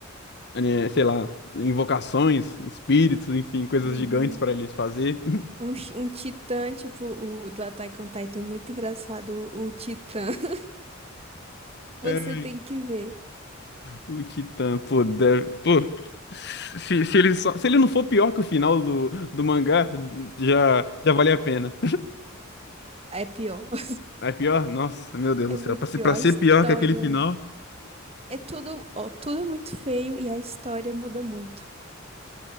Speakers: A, on the left (about 55°); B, on the right (about 30°).
A: eh, sei lá, invocações, espíritos, enfim, coisas
B: Uhum.
A: gigantes para eles fazer.
B: Um, chi- um titã, tipo, o do Attack on Titan, é muito engraçado. O, o titã, <laughs> você
A: Ai,
B: tem que ver.
A: o Titã, pô, deve, pô, se, se ele só, se ele não for pior que o final do, do mangá, já, já vale a pena.
B: É pior. <laughs>
A: É pior? Nossa, meu Deus
B: É
A: do céu.
B: muito
A: Pra ser,
B: pior.
A: pra
B: A
A: ser
B: história.
A: pior que aquele final,
B: É tudo, ó, tudo é muito feio e a história muda muito.